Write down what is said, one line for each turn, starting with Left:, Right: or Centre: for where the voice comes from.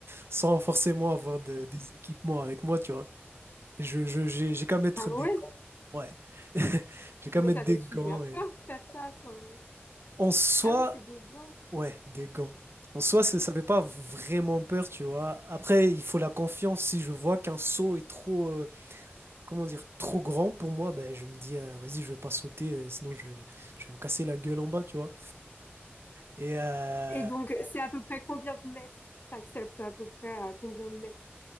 Right: sans forcément avoir de- des équipements avec moi, tu vois. Je, je, j'ai, j'ai qu'à mettre
Left: ah
Right: des
Left: ouais
Right: gants. Ouais. <laughs> J'ai qu'à
Left: mais
Right: mettre
Left: ça
Right: des
Left: fait super
Right: gants. Et...
Left: peur de faire ça enfin.
Right: En soi,
Left: ah oui c'est des gants
Right: ouais, des gants. En soi, c'est- ça fait pas vraiment peur, tu vois. Après, il faut la confiance. Si je vois qu'un saut est trop, euh, comment dire, trop grand pour moi, ben, je me dis, euh, vas-y, je vais pas sauter, euh, sinon je, vais- je vais me casser la gueule en bas, tu vois. Et euh,
Left: et donc c'est à peu près combien de mètres t'acceptes à peu près à combien de mètres